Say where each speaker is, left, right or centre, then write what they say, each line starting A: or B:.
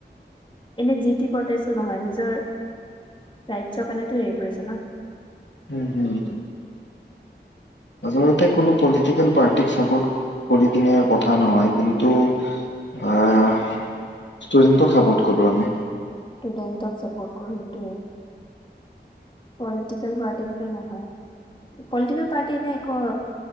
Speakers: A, on the left; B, on the left.
A: এনে জি টি পটেছো নহয় নিজৰ ৰাজ্যৰ কাৰণো হেৰি কৰিছে ন।
B: উম উম। আচলতে কোনো পলিটিকেল পাৰ্টিক চাপোৰ্ট কৰি কিনে কথা নহয় কিন্তু। আহ ষ্টুডেণ্টক চাপৰ্ট কৰো আমি
A: ষ্টুডেণ্টক চাপৰ্ট কৰ সেইটোৱে। পলিটিকেল পাৰ্টি বুলি নহয় পলিটিকেল পাৰ্টি এ ন একো।